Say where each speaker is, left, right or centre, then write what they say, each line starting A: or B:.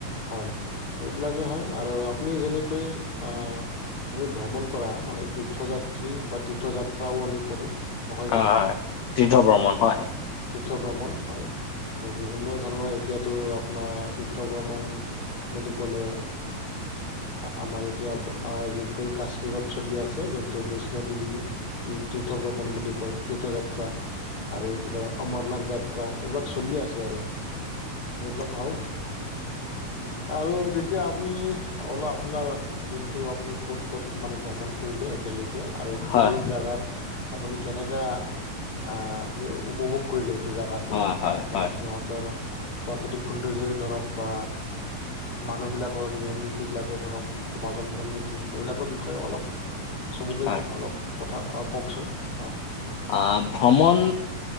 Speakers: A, on the left (about 35°); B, on the left (about 70°).
A: হয়, সেইবিলাকে হয়, আৰু আপুনি যেনেকৈ আহ আমি ভ্ৰমণ কৰা মানে তীৰ্থযাত্ৰী, বা তীৰ্থযাত্ৰাও, আমি কৰো নহয়
B: হয়
A: জানো।
B: হয় তীৰ্থ ভ্ৰমন হয়।
A: তীৰ্থ ভ্ৰমণ হয়। বিভিন্ন ধৰণৰ এতিয়াতো আপোনাৰ তীৰ্থ ভ্ৰমণ বুলি ক'লে আমাৰ এতিয়া যি কাশ্মীৰত, চলি আছে যোনটো বৈষ্ণোদেৱী, তীৰ্থ ভ্ৰমণ বুলি কয়। তীৰ্থযাত্ৰা, আৰু এইফালে অমৰনাথ, যাত্ৰা এইবিলাক চলি আছে আৰু সেইবিলাক হয়। আৰু যেতিয়া আপুনি অলপ আপোনাৰ যোনটো আপুনি ক'ত ক'ত মানে ভ্ৰমণ কৰিলে এতিয়ালৈকে আৰু সেই
B: হয়
A: জেগাৰ আপুনি কেনে কা আহ উপভোগ কৰিলে এইটো জোগাটো
B: হয় হয়
A: বা
B: হয়
A: সিহঁতৰ প্ৰাকৃতিক সৌন্দৰ্যই ধৰক বা মানুহবিলাকৰ নিয়ম-নীতিবিলাকে ধৰক সমাজৰ নিয়ম-নীতি এইবিলাকৰ বিষয়ে অলপ চমুকৈ
B: হয়
A: অলপ কথা কওকচোন। অঁ
B: আহ ভ্ৰমণ